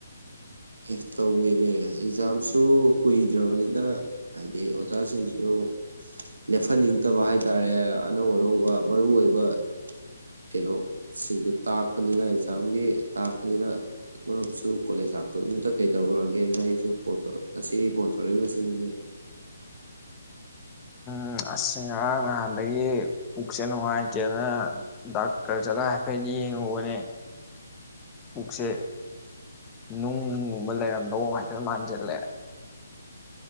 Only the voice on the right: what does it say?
ꯑꯦ ꯇꯧꯋꯤꯅꯦ ꯑꯦꯛꯖꯥꯝꯁꯨ ꯀꯨꯏꯗ꯭ꯔꯕꯅꯤꯅ ꯍꯥꯏꯗꯤ ꯑꯣꯖꯥꯁꯤꯡꯁꯨ ꯂꯦꯞꯍꯟꯅꯤꯡꯗꯕ ꯍꯥꯏ ꯇꯥꯔꯦ ꯑꯅꯧ ꯑꯅꯧꯕ ꯃꯔꯨ ꯑꯣꯏꯕ ꯀꯩꯅꯣ ꯁꯤꯡꯗꯨ ꯇꯥꯛꯄꯅꯤꯅ ꯑꯦꯛꯖꯥꯝꯒꯤ ꯇꯥꯛꯄꯅꯤꯅ ꯃꯔꯨꯞꯁꯨ ꯀꯣꯂꯦꯖ ꯂꯥꯛꯄꯗꯨꯗ ꯀꯩꯗꯧꯔꯨꯔꯒꯦꯅ ꯑꯩꯁꯨ ꯐꫭꯟ ꯉꯁꯤ ꯐꯣꯟ ꯇꯧꯔꯛꯏꯁꯤꯅꯦ